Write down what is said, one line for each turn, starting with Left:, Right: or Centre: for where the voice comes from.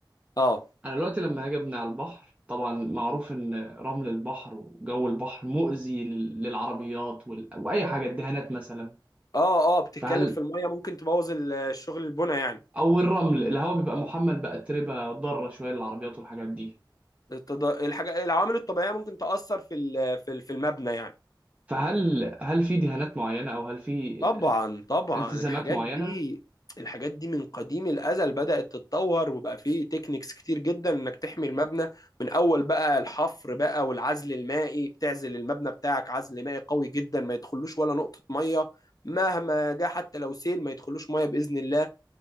Left: اه
Right: انا دلوقتي لما هاجي ابني على البحر طبعا معروف ان رمل البحر وجو البحر مؤذي لل- للعربيات وال... واي حاجة الدهانات مثلا
Left: اه اه بتتكلم
Right: فهل
Left: في الميه ممكن تبوظ ال- الشغل البنى يعني
Right: او الرمل الهواء بيبقى محمل بأتربة ضارة شوية للعربيات والحاجات دي
Left: التض- الحاجه العوامل الطبيعيه ممكن تاثر في ال- في ال- في المبنى يعني
Right: فهل هل في دهانات معينة او هل في
Left: طبعا طبعا
Right: التزامات
Left: الحاجات
Right: معينة
Left: دي الحاجات دي من قديم الازل بدات تتطور وبقى فيه تكنيكس كتير جدا انك تحمي المبنى من اول بقى الحفر بقى والعزل المائي بتعزل المبنى بتاعك عزل مائي قوي جدا ما يدخلوش ولا نقطه ميه مهما جه حتى لو سيل ما يدخلوش ميه باذن الله